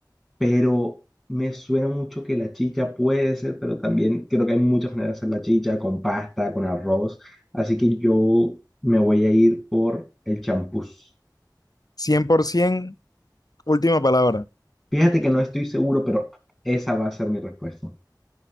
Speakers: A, in the centre; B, on the left.
A: pero me suena mucho que la chicha puede ser, pero también creo que hay muchas maneras de hacer la chicha, con pasta, con arroz, así que yo me voy a ir por el champús.
B: 100%, última palabra.
A: Fíjate que no estoy seguro, pero esa va a ser mi respuesta.